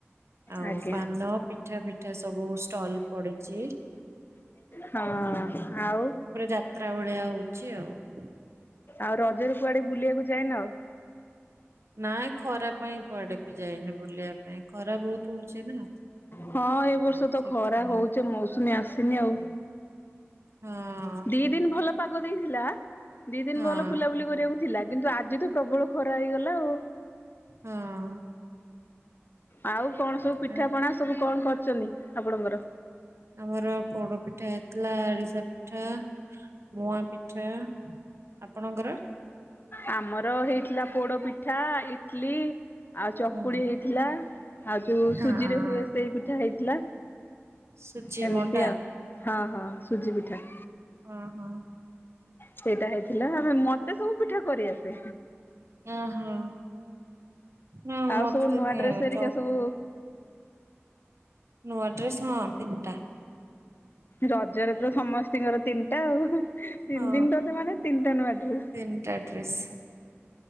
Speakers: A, on the right; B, on the left.
A: ଆଉ
B: ଆଜ୍ଞା
A: ପାନ ପିଠା ପିଠା ସବୁ ଷ୍ଟଲ ପଡିଛି।
B: ହଁ
A: ହୁଁ।
B: ଆଉ
A: ପୁରା ଯାତ୍ରା ଭଳିଆ ହଉଛି ଆଉ।
B: ଆଉ ରଜରେ କୁଆଡେ ବୁଲିବାକୁ ଯାଇନ ଆଉ?
A: ନାଇ ଖରା ପାଇଁ କୁଆଡେ ବି ଯାଇନି ବୁଲିବା ପାଇଁ। ଖରା ବହୁତ ହଉଛି ନା
B: ହଁ ଏ ବର୍ଷ ତ
A: ସେଥିପାଇଁ
B: ଖରା ହଉଚି ମୌସୁମୀ ଆସିନି ଆଉ।
A: ହଁ।
B: ଦି ଦିନ ଭଲ ପାଗ ଦେଇଥିଲା ଦି ଦିନ
A: ହଁ
B: ଭଲ ବୁଲାବୁଲି କରିବାକୁ ଥିଲା କିନ୍ତୁ ଆଜି ତ ପ୍ରବଳ ଖରା ହେଇଗଲା ଆଉ।
A: ହଁ।
B: ଆଉ କଣ ସବୁ ପିଠାପଣା
A: ଆ-
B: ସବୁ କଣ କରଛନ୍ତି ଆପଣଙ୍କର?
A: ଆମର ପୋଡ ପିଠା ହେଥିଲା ଆରିଶା ପିଠା ମୁଆ ପିଠା ଆପଣଙ୍କର?
B: ଆମର ହେଇଥିଲା ପୋଡ ପିଠା ଇଟଲି। ଆଉ ଚକୁଳି
A: ହୁଁ
B: ହେଇଥିଲା ଆଉ ଯୋଉ ସୁଜିରେ
A: ହଁ
B: ହୁଏ ସେଇ ପିଠା ହେଇଥିଲା।
A: ସୁଜି
B: ହେମତି
A: ମଣ୍ଡା
B: ଆଉ ହଁ ହଁ ସୁଜି ପିଠା।
A: ହଁ ହଁ।
B: ସେଇଟା ହେଇଥିଲା ଆମେ ମତେ ସବୁ ପିଠା କରିଆସେ।
A: ଓହୋ ନା
B: ଆଉ
A: ମତେ
B: ସବୁ
A: ତ
B: ନୂଆ
A: କେ-
B: ଡ୍ରେସ ହେରିକା
A: ଚଉ
B: ସବୁ
A: ନୂଆ ଡ୍ରେସ ହଁ ତିନ୍ଟା।
B: ରଜରେ ତ ସମସ୍ତିଙ୍କର ତିନିଟା ଆଉ ତିନି
A: ହଁ
B: ଦିନ ରଜ ମାନେ ତିନିଟା ନୂଆଡ୍ରେସ।
A: ତିନିଟା ଡ୍ରେସ୍।